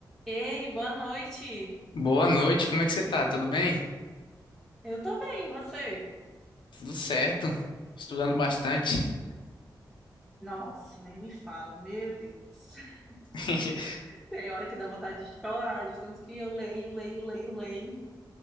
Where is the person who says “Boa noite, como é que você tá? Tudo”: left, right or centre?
Left